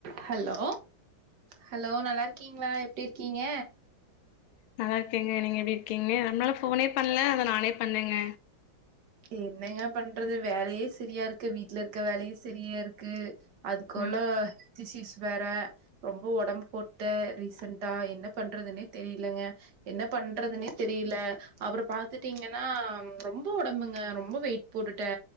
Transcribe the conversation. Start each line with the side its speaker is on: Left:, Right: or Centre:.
Right: ஹலோ ஹலோ நல்லாருக்கீங்களா எப்டி இருக்கீங்க
Left: நல்லா இருக்கேங்க நீங்க எப்படி இருக்கீங்க ரொம்ப நாலா போனே பண்ல அதா நானே பண்ணங்க
Right: க்கு என்னயா பண்றது வேலையே சரியா இருக்கு வீட்ல இருக்கற வேலையு சரியா இருக்கு அதுக்குள்ள
Left: ம்
Right: திசீஸ் வேற ரொம்ப உடம்பு போட்ட ரீசன்டா என்ன பண்றதுன்னே தெரியலங்க என்ன பண்றதுனே தெரியல அப்புற பாத்துட்டீங்கன்னா ரொம்ப உடம்புங்க ரொம்ப வெயிட் போட்டுட்டே